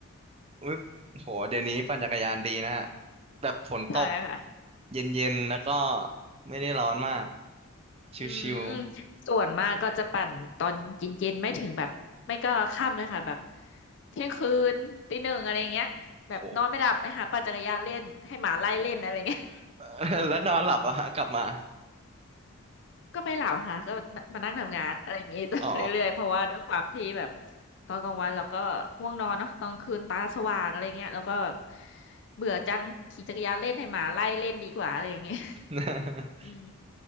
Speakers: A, on the right; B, on the left.
A: อุ๊ยโหเดี๋ยวนี้ปั่นจักรยานดีนะฮะแบบฝนตก
B: <laughs> ใช่ค่ะ
A: เย็นๆแล้วก็ไม่ได้ร้อนมากชิว
B: อืมส่วนมากก็จะปั่นตอนเย็นๆไม่ถึงแบบไม่ก็ค่ำเลยค่ะแบบเที่ยงคืนตีหนึ่งอะไรอย่างเงี้ยแบบนอนไม่หลับไปหาปั่นจักรยานเล่นให้หมาไล่เล่นอะไรเงี้ย
A: ๆโห <laughs> แล้วนอนหลับอะฮะกลับมา
B: ก็ไม่หลับค่ะก็มานั่งทำงานอะไรอย่างนี้ <laughs>
A: <laughs> อ๋อ
B: เรื่อยๆเพราะว่าด้วยความที่แบบตอนกลางวันเราก็ง่วงนอนเนาะตอนคืนตาสว่างอะไรเงี้ยแล้วก็แบบเบื่อจังขี่จักรยานเล่นให้หมาไล่เล่นดีกว่าอะไรอย่างเงี้ย
A: <laughs>
B: <laughs> อืม